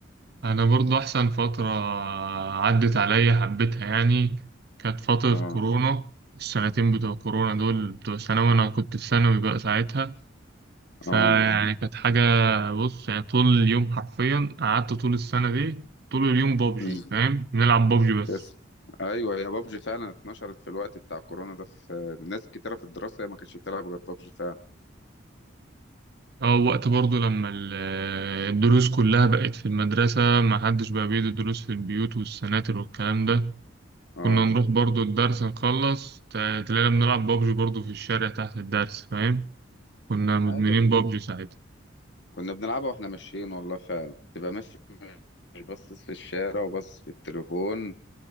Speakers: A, on the right; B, on the left.
A: انا برضو احسن فترة عدت عليا حبيتها يعني كانت فترة
B: اه
A: كورونا السنتين بتوع كورونا دول بتوع ثانوي انا كنت في ثانوي بقى ساعتها فيعني
B: اه
A: كانت حاجة بص يعني طول اليوم حرفيا قعدت طول السنة دي طول اليوم بابجي
B: <laughs> مم.
A: فاهم بنلعب بابجي بس
B: بس ايوه يا بابجي فعلا اتنشرت في الوقت بتاع كورونا ده في ناس كتيره في الدراسه هي ما كانتش بتلعب غير بابجي فعلا
A: اه وقت برضه لما ال- الدروس كلها بقت في المدرسة ما حدش بقى بيدي دروس في البيوت والسناتر والكلام ده
B: اه
A: كنا نروح برضه الدرس نخلص تا- تلاقينا بنلعب بابجي برضه في الشارع تحت الدرس فاهم كنا مدمنين
B: عادي
A: بابجي ساعتها
B: كنا بنلعبها واحنا ماشيين والله فعلا تبقى ماشي مش باصص في الشارع وباصص في التليفون